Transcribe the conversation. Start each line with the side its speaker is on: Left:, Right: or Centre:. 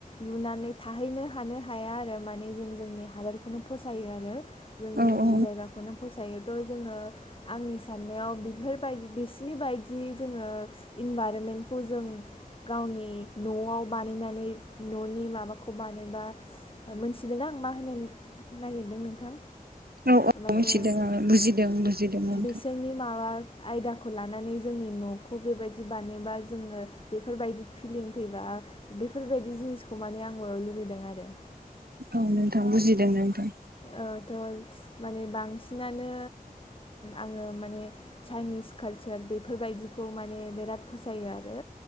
Left: लुनानै थाङ थाहैनो हानो हाया आरो माने जों जोंनि हादोरखौनो फसायो आरो जों
Right: औ
Left: जोंनि
Right: औ
Left: जायगाखौ खौनो फसायोथ' जोङो आंनि साननायाव बेफोरबायदि बिसिनि बायदि जोङो इनभाइरनमेन्टखौ जों गावनि न'आव बानायनानै न'नि माबाखौ बानायोबा मोनथिदों आं मा होनो नागिरदों नोंथां?
Right: औ औ
Left: माने
Right: मिथिदों आङो बुजिदों बुजिदों नोंथां
Left: बिसोरनि माबा आयदाखौ लानानै जोंनि न'खौ बेबायदि बानायबा जोङो बेफोरबायदि फिलिं फैबा बेफोरबायदि जिनिसखौ माने आङो लुबैदों आरो
Right: औ नोंथां बुजिदों नोंथां
Left: थ' माने बांसिनानो आङो माने चाइनिस कालचार बेफोरबायदिखौ माने बिराद फसायो आरो